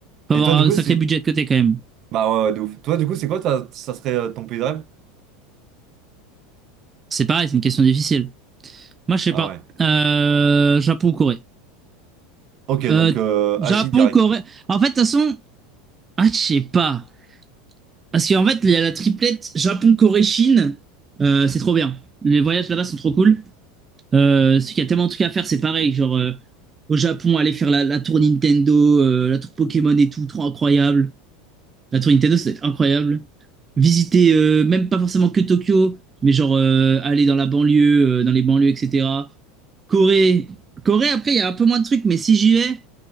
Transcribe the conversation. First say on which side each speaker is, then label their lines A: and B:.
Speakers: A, on the right; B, on the right.
A: Faut
B: Et
A: avoir
B: toi, du
A: un
B: coup,
A: sacré
B: c'est...
A: budget de côté quand même.
B: Bah ouais, ouais, de ouf. Toi, du coup, c'est quoi, ta- ça serait euh, ton pays de rêve?
A: C'est pareil, c'est une question difficile. Moi, je sais
B: Ah
A: pas.
B: ouais.
A: Euh, Japon, Corée.
B: Ok,
A: Euh,
B: donc euh,
A: Japon,
B: Asie direct.
A: Corée. En fait, de toute façon, ah, je sais pas. Parce qu'en fait, il y a la triplette Japon, Corée, Chine. Euh, c'est trop bien. Les voyages là-bas sont trop cool. Euh, parce qu'il y a tellement de trucs à faire, c'est pareil. Genre, euh, au Japon, aller faire la, la tour Nintendo, euh, la tour Pokémon et tout, trop incroyable. La tour Nintendo, ça doit être incroyable. Visiter, euh, même pas forcément que Tokyo, mais genre euh, aller dans la banlieue, euh, dans les banlieues, etc. Corée. Corée, après, il y a un peu moins de trucs, mais si j'y vais,